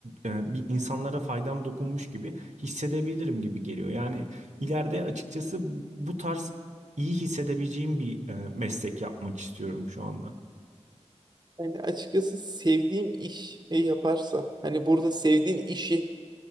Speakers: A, on the right (about 80°); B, on the right (about 35°).
A: e, bir insanlara faydam dokunmuş gibi hissedebilirim gibi geliyor. Yani ileride açıkçası bu tarz iyi hissedebileceğim bir e, meslek yapmak istiyorum şu anda.
B: Yani açıkçası sevdiğim iş e, yaparsa hani burada sevdiğin işi